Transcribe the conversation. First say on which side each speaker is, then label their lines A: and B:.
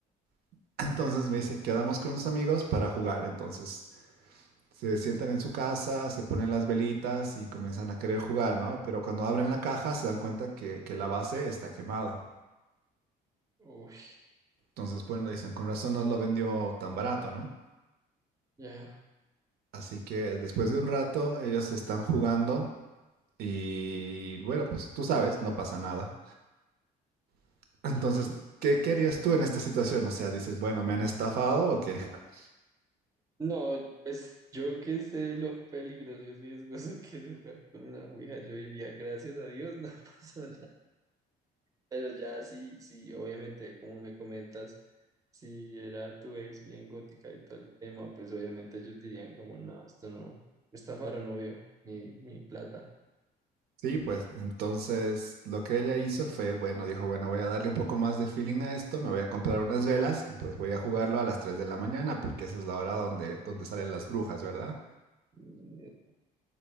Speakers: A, on the right; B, on the right.
A: <laughs> Entonces me dice, quedamos con unos amigos para jugar. Entonces se sientan en su casa, se ponen las velitas y comienzan a querer jugar, ¿no? Pero cuando abren la caja se dan cuenta que, que la base está quemada.
B: Uy,
A: Entonces, bueno, dicen, con razón nos lo vendió tan barato, ¿no?
B: ya.
A: Así que después de un rato ellos están jugando Y bueno, pues tú sabes, no pasa nada. <laughs> Entonces,
B: Ujú.
A: ¿qué, qué harías tú en esta situación? O sea, dices, bueno, ¿me han estafado o qué? <laughs>
B: No, pues yo que sé lo peligroso y riesgoso <laughs> que es jugar con una ouija, yo diría, gracias a Dios, no <laughs> pasó Pero ya sí, sí, obviamente, como me comentas, si era tu ex bien gótica y todo el tema, pues obviamente ellos dirían como, no, esto no, estafaron, obvio, mi, mi plata.
A: Sí, pues entonces lo que ella hizo fue, bueno, dijo, bueno, voy a darle un poco más de feeling a esto, me voy a comprar unas velas y pues voy a jugarlo a las 3 de la mañana porque esa es la hora donde, donde salen las brujas, ¿verdad?
B: Y-